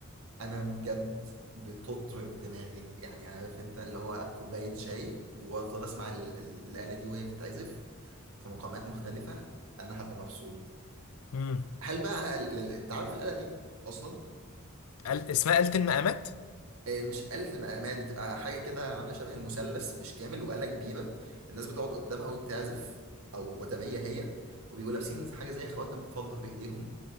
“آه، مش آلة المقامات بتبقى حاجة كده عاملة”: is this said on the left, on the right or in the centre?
Right